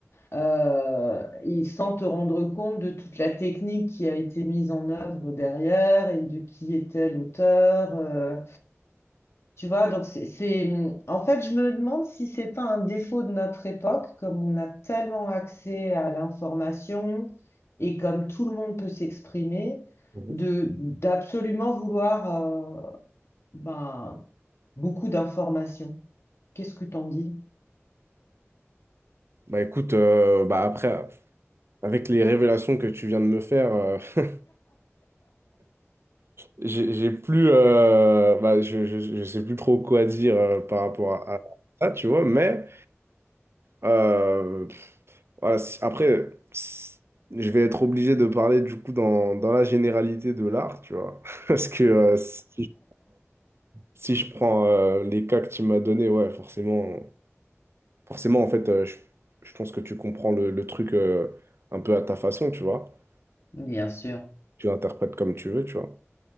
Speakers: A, on the left; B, on the right.
A: euh, et sans te rendre compte de toute la technique qui a été mise en œuvre derrière et de qui était l'auteur. euh, tu vois, donc c'est, c'est- en fait, je me demande si c'est pas un défaut de notre époque, comme on a tellement accès à l'information et comme tout le monde peut s'exprimer,
B: <laughs>
A: de d'absolument vouloir euh, ben, beaucoup d'informations. Qu'est-ce que t'en dis?
B: Bah écoute, euh, bah après, avec les révélations que tu viens de me faire, euh, <laughs> j'ai j'ai plus, euh, bah, je, je, je sais plus trop quoi dire euh, par rapport à, à ça, tu vois, mais euh, voilà, si- après, si- je vais être obligé de parler du coup dans, dans la généralité de l'art, tu vois, <laughs> parce que euh, si- Si je prends euh, les cas que tu m'as donné, ouais, forcément, forcément, en fait, euh, je, je pense que tu comprends le, le truc euh, un peu à ta façon, tu vois.
A: Bien sûr.
B: Tu l'interprètes comme tu veux, tu vois.